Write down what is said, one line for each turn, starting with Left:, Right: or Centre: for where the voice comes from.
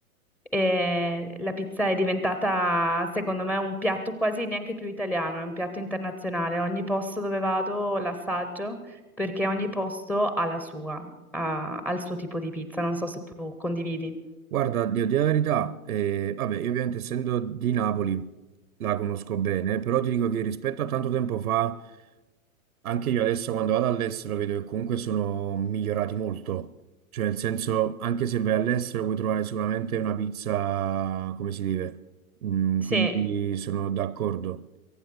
Centre: E la pizza è diventata, secondo me, un piatto quasi neanche più italiano, è un piatto internazionale. Ogni posto dove vado l'assaggio perché ogni posto ha la sua, ha, ha il suo tipo di pizza. Non so se tu condividi.
Right: Guarda, devo dire la verità, eh, vabbè, io ovviamente essendo di Napoli la conosco bene, però ti dico che rispetto a tanto tempo fa Anche io adesso quando vado all'estero vedo che comunque sono migliorati molto, cioè nel senso anche se vai all'estero puoi trovare sicuramente una pizza come si deve, Mm,
Centre: Sì,
Right: quindi sono d'accordo.